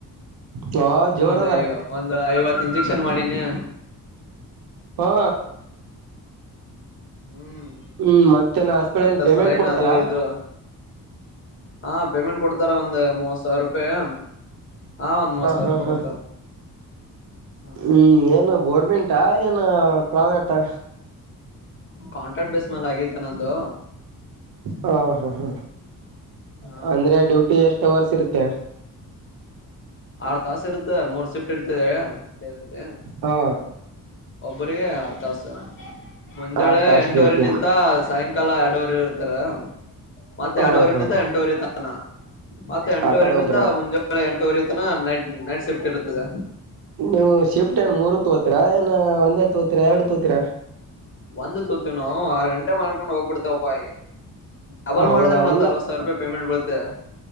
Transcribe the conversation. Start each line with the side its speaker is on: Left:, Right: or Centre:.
Right: ಹಾ ಜೋರದ
Left: ಒಂದ್ ಐ ಒಂದ್ ಐವತ್ತು ಇಂಜೆಕ್ಷನ್ ಮಾಡೀನಿ.
Right: ಹಾ
Left: ಹ್ಮ್
Right: ಹ್ಮ್ ಮತ್ತೇನ್ ಹಾಸ್ಪಿಟಲ್
Left: ಮತ್ತ
Right: ಏನ್ ಪೇಮೆಂಟ್
Left: ಸಲಾಯನ್
Right: ಕೊಡ್ತಾರ
Left: ಅದು ಇದು. ಹಾ ಪೇಮೆಂಟ್ ಕೊಡ್ತಾರ ಒಂದ್ ಮೂವತ್ ಸಾವಿರ ರೂಪಾಯಿ. ಹಾ ಒಂದ್ ಮೂವತ್ ಸಾವಿರ
Right: ಹಾ
Left: ರೂಪಾಯಿ
Right: ಹಾ
Left: ಕೊಡ್ತಾರ. ಹ
Right: ಹ್ಮ್ ಏನು ಗೋರ್ಮೆಂಟಾ ಏನ ಪ್ರೈವೇಟಾ.
Left: ಕಾಂಟ್ರಾಕ್ಟ್ ಬೇಸ್ ಮೇಲೆ ಆಗೈತೆ ನಂದು
Right: ಹಾ ಹಾ ಹಾ
Left: ಹಾ
Right: ಅಂದ್ರೆ ಡ್ಯೂಟಿ ಎಷ್ಟ್ ಅವರ್ಸ್ ಇರುತ್ತೆ.
Left: ಆರ್ ತಾಸ ಇರುತ್ತೆ ಮೂರ್ ಶಿಫ್ಟ್ ಇರುತ್ತೆ
Right: ಹಾ
Left: ಒಬ್ಬ್ರಿಗೆ ಆರತಾಸ ಮುಂಜಾಳೆ
Right: ಆರ್ ತಾಸ್
Left: ಎಂಟವರೆ
Right: ಡ್ಯೂಟಿನ
Left: ನಿಂತ ಸಾಯಂಕಾಲ ಎರಡೂವರೆ ಇರ್ತಾರೆ ಮತ್ತೆ
Right: ಹ
Left: ಎರಡುವರೆನಿಂತ
Right: ಹಾ
Left: ಎಂಟೂವರೆತಾನ ಮತ್ತೆ ಎಂಟೂವರೆನಿಂತ
Right: ಆ ಕಡೆ ಒಬ್ರ
Left: ಮುಂಜಳೆ ಎಂಟವ ಅಣ್ಣ ನೈಟ್ ನೈಟ್ ಸೇಫ್ಟಿ ಇರುತ್ತದ.
Right: ನೀವು ಶಿಫ್ಟ್ ಏನ್ ಮೂರು ತೋತೀರಾ, ಏನ್ ಒಂದೇ ತೋತೀರಾ, ಎರಡು ತೋತೀರಾ,
Left: ಒಂದ್ ತೋತವಿ ನಾವು ಆರ್ ಗಂಟೆ ಮಾಡ್ಕೊಂಡ್ ಹೋಗ್ಬಿಡ್ತಾವಪ್ಪಾ ಈಗ ಡಬಲ್
Right: ಹೌದಾ
Left: ಮಾಡ್ರೆ ಮತ್ತ
Right: ಇಲ್ಲ
Left: ಅರವತ್ ಸಾವಿರ ರೂಪಾಯಿ ಪೇಮೆಂಟ್ ಬೀಳುತ್ತೆ.